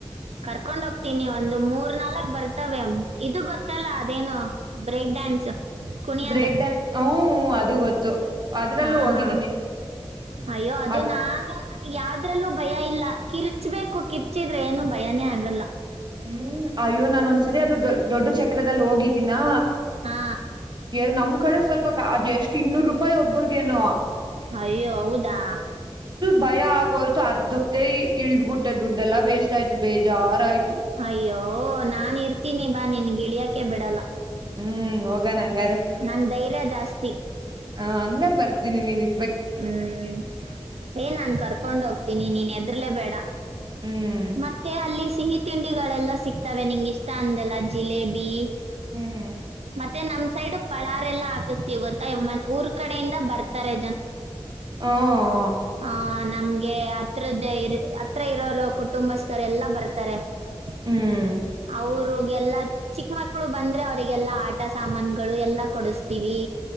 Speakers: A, on the right; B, on the right.
A: ಕರ್ಕೊಂಡ್ ಹೋಗ್ತೀನಿ ಒಂದು ಮೂರ್ ನಾಲ್ಕ್ ಬರ್ತವೆ ಇದು ಗೊತ್ತಲ್ಲ ಅದೇನು ಬ್ರೇಕ್ ಡ್ಯಾನ್ಸ್ ಕುಣಿಯೋದು
B: ಬ್ರೇಕ್ಡಾನ್ಸ್ ಹ್ಮ್ ಅದು ಗೊತ್ತು ಅದ್ರಲ್ಲೂ
A: ಹಾ
B: ಹೋಗಿದ್ದೀನಿ
A: ಅಯ್ಯೋ ಅದು
B: ಅದ್
A: ನಾನು ನನಿಗೆ ಯದ್ರಲ್ಲೂ ಭಯ ಇಲ್ಲ ಕಿರ್ಚಬೇಕು ಕಿರ್ಚಿದ್ರೆ ಏನು ಭಯನೇ ಆಗಲ್ಲ
B: ಹ್ಮ್ ಅಯ್ಯೋ ನಾನೊಂದ್ಸರಿ ಅದು ದೊಡ್ಡ ಚಕ್ರದಲ್ಲಿ ಹೋಗಿದ್ದೀಿನಾ
A: ಹಾ
B: ಎ ನಮ್ ಕಡೆ ಸ್ವಲ್ಪ ಅದು ಎಷ್ಟು ಇನ್ನೂರು ರೂಪಾಯಿ ಒಬ್ರಿಗೇನೋ
A: ಅಯ್ಯೋ ಹೌದಾ
B: ಭಯ ಆಗೋಯ್ತು ಅರ್ಧಕ್ಕೆ ಇಲ್ಡ್ಬಿಟ್ಟೆ ದುಡ್ಡೆಲ್ಲಾ ವೇಸ್ಟ್ ಆಯ್ತು ಬೇಜಾರಾಯ್ತು
A: ಅಯ್ಯೋ ನಾನ್ ಇರ್ತೀನಿ ಬಾ ನಿನಿಗ್ ಇಳಿಯಕಕ್ಕೆ ಬಿಡಲ್ಲ
B: ಹ್ಮ್ ಹೋಗಣ ಹಂಗಾರೆ
A: ನಂಗ್ ಧೈರ್ಯ ಜಾಸ್ತಿ
B: ಹ ಹಂಗಾರ ಬರ್ತೀನಿ ನೀನ್ ಇರ್
A: ಹ್ಮ್ ಏ ನಾನ್ ಕರ್ಕೊಂಡ್ ಹೋಗ್ತೀನಿ ನೀನ್ ಎದ್ರಲೆೇ ಬೇಡ
B: ಹ್ಮ್
A: ಮತ್ತೆ ಅಲ್ಲಿ ಸಿಹಿ ತಿಂಡಿಗಳೆಲ್ಲ ಸಿಕ್ತವೆ ನಿಂಗ್ ಇಷ್ಟ ಅಂದಲ್ಲ ಜಿಲೇಬಿ
B: ಹ್ಮ್
A: ಮತ್ತೆ ನಮ್ ಸೈಡ್ ಪಳಾರ್ ಎಲ್ಲಾ ಹಾಕುಸ್ತಿವಿ ಗೊತ್ತಾ ಊರ್ ಕಡೆಯಿಂದ ಬರ್ತಾರೆ
B: ಹು ಹ್ಮ್
A: ಹ ನಮ್ಗೆ ಹತ್ರದ್ದೆ ಹತ್ರ ಇರೋರು ಕುಟುಂಬಸ್ಥರೆಲ್ಲ ಬರ್ತಾರೆ ಹ <inaudible>
B: ಹ್ಮ್
A: ಅವ್ರಗೆಲ್ಲಾ ಚಿಕ್ಕ ಮಕ್ಳು ಬಂದ್ರೆ ಅವ್ರರಿಗೆಲ್ಲಾ ಆಟ ಸಾಮಾನ್ಗಳು ಎಲ್ಲಾ ಕೊಡಸ್ತೀವಿ